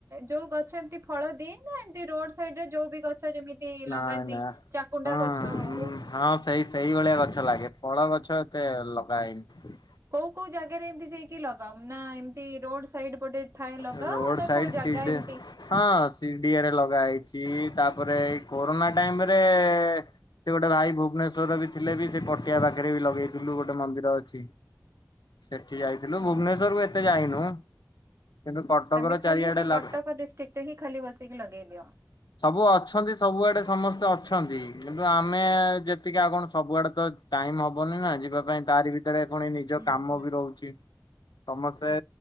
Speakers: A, on the right (about 40°); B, on the left (about 75°).
A: ଯୋଉ ଗଛ ଏମିତି ଫଳ ଦିଏ ନା! ଏମତି ରୋଡ ସାଇଡ ରେ ଯୋଉ ବି ଗଛ ଯେମତି ଏଇ
B: ନା
A: ଲଗାନ୍ତି,
B: ନା
A: ଚାକୁଣ୍ଡା
B: ହଁ
A: ଗଛ ହଉ
B: ହଁ ସେଇ ସେଇଭଳିଆ ଗଛ ଲାଗେ। ଫଳ ଗଛ ଏତେ ଲଗା ହେଇନି।
A: କୋଉ, କୋଉ ଜାଗାରେ ଏମତି ଯାଇକି ଲଗାଅ? ନା ଏମତି ରୋଡ ସାଇଡି ଏପଟେ ଥାଏ ଲଗାଅ?
B: ରୋଡ
A: ନା
B: ସାଇଡ
A: କୋଉ ଜାଗା
B: ସିଡ
A: ଏମିତି
B: ହଁ, ସିଡିଆରେ ଲଗା ହେଇଛି। ତାପରେ ଏଇ କୋରୋନା ଟାଇମ ରେ ସେ ଗୋଟେ ଭାଇ ଭୁବନେଶ୍ୱର ବି ଥିଲେ ବି, ସେ ପଟିଆ ପାଖରେ ବି ଲଗେଇଥିଲୁ, ଗୋଟେ ମନ୍ଦିର ଅଛି। ସେଠି ଯାଇଥିଲୁ
A: ଓହୋ
B: ଭୁବନେଶ୍ୱର କୁ ଏତେ ଯାଇନୁ। କିନ୍ତୁ କଟକର
A: ତମେ ଖାଲି
B: ଚାରିଆଡେ
A: ସେ କଟକ
B: ଲା
A: ଡିଷ୍ଟ୍ରିକ୍ଟ୍ ରେ ହିଁ ଖାଲି ବସିକି ଲଗେଇଦିଅ।
B: ସବୁ ଅଛନ୍ତି ସବୁଆଡେ ସମସ୍ତେ ଅଛନ୍ତି କିନ୍ତୁ ଆମେ ଯେତିକି ଆଉ କଣ ସବୁଆଡେ ତ ଟାଇମ୍ ହବନି ନା ଯିବା ପାଇଁ ତାରି ବି ସେଣେ ପୁଣି ନିଜ
A: ହୁଁ
B: କାମ
A: ହୁଁ
B: ବି ରହୁଚି ସମସ୍ତେ
A: ହୁଁ।